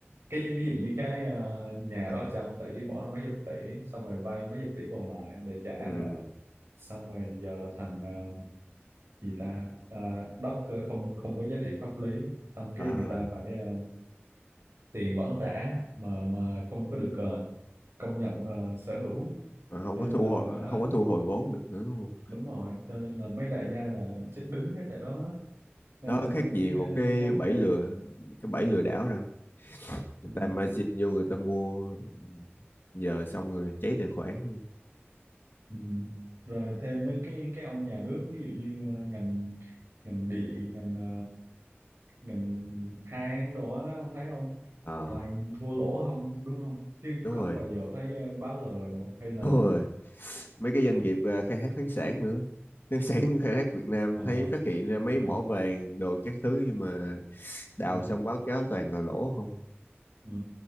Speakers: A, on the right (about 85°); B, on the left (about 55°).
A: cái ví dụ như cái ờ, nhà
B: Ờ,
A: đó trăm tỷ bỏ ra mấy chục tỷ xong rồi vay mấy chục tỷ còn lại để trả
B: ừ,
A: nợ xong rồi giờ thành ờ, gì ta Ờ, đất ờ, không không có giá trị pháp lý xong
B: ờ,
A: cái người ta phải ờ, tiền vẫn trả mà mà không có được ờ, công nhận ờ, sở hữu
B: mà không
A: nên
B: có thu
A: là
B: hồi
A: hả
B: không có thu hồi vốn được nữa đúng không
A: đúng rồi cho nên là mấy đại gia là chết đứng hết tại đó đó
B: đó
A: nên là
B: khác
A: tôi
B: gì
A: nghĩ
B: một
A: ờ,
B: cái
A: cũng ok
B: bẫy lừa cái bẫy lừa đảo đâu người
A: ừ,
B: ta margin vô người ta mua giờ xong rồi cháy tài khoản
A: ừ. rồi thêm mấy cái cái ông nhà nước ví dụ như ờ, ngành ngành điện ngành ờ, ngành than đồ á ông thấy không
B: Ờ
A: toàn thua lỗ không đúng không chứ
B: đúng
A: có
B: rồi
A: bao giờ thấy ờ, báo lời đâu hay là
B: đúng rồi mấy cái doanh nghiệp ờ, khai thác khoáng sản nữa khoáng sản khai thác Việt Nam
A: ờ,
B: thấy phát hiện ra mấy
A: <laughs>
B: mỏ vàng đồ các thứ nhưng mà đào
A: ừ,
B: xong báo cáo toàn là lỗ không
A: ừ.